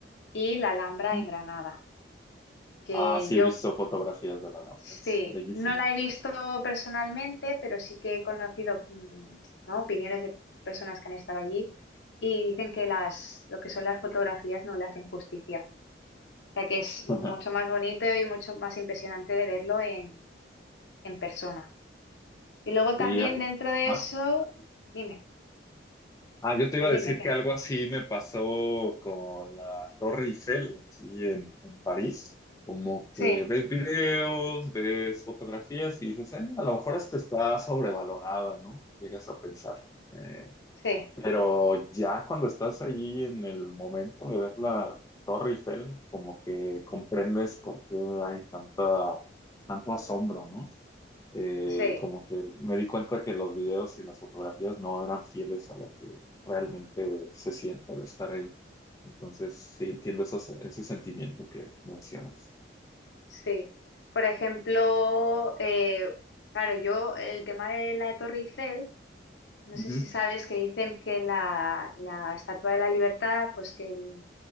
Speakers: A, on the left; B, on the left.
A: y la Alhambra
B: Ujú.
A: en Granada, que
B: Ah, sí,
A: yo
B: he visto fotografías de la Alhambra,
A: sí,
B: es bellísima.
A: no la he visto personalmente, pero sí que he conocido, mm, ¿no? opiniones de personas que han estado allí y dicen que las, lo que son las fotografías no le hacen justicia sea que es mucho
B: <laughs>
A: más bonito y mucho más impresionante de verlo en, en persona. Y luego
B: Sí,
A: también dentro de
B: ajá.
A: eso, dime,
B: Ah, yo te
A: dime,
B: iba a
A: dime
B: decir
A: qué.
B: que algo así me pasó con la Torre Eiffel aquí en, en París. Como
A: Sí,
B: que ves videos, ves fotografías y dices, "Eh, a lo mejor esta está sobrevalorada, ¿no? Llegas a pensar. eh,
A: sí,
B: Pero ya cuando estás ahí en el momento de ver la Torre Eiffel, como que comprendes por qué hay tanta, tanto asombro, ¿no? Eh,
A: sí,
B: como que me di cuenta que los videos y las fotografías no eran fieles a lo que realmente se siente al estar ahí. Entonces, sí entiendo esos- ese sentimiento que mencionas.
A: sí. Por ejemplo, eh, claro, yo el tema de la Torre Eiffel. No
B: Ujú.
A: sé si sabes que dicen que la, la Estatua de la Libertad, pues que, el-